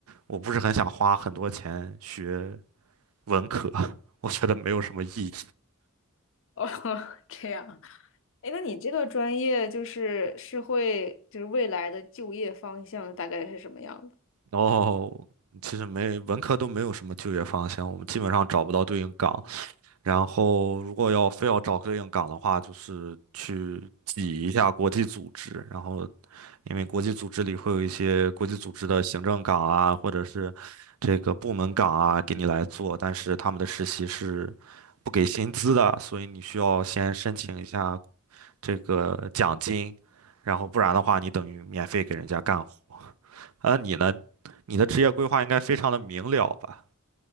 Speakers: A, on the right (about 70°); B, on the left (about 65°).
A: 我不是很想花很多钱学文科，<laughs> 我觉得没有什么意义。
B: <laughs> 哦，这样。哎，那你这个专业就是是会就是未来的就业方向大概是什么样的？
A: 然后其实没文科都没有什么就业方向，我们基本上找不到对应岗，然后，如果要非要找对应岗的话，就是去挤一下国际组织。然后，因为国际组织里会有一些国际组织的行政岗啊，或者是这个部门岗啊，给你来做，但是他们的实习是不给薪资的，所以你需要先申请一下这个奖金，然后不然的话，你等于免费给人家干活。呃，你呢？你的职业规划应该非常的明了吧？